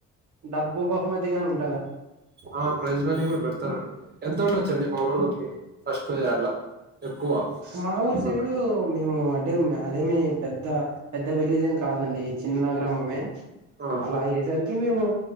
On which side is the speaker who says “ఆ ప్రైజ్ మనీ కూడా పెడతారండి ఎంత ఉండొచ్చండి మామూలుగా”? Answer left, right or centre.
Right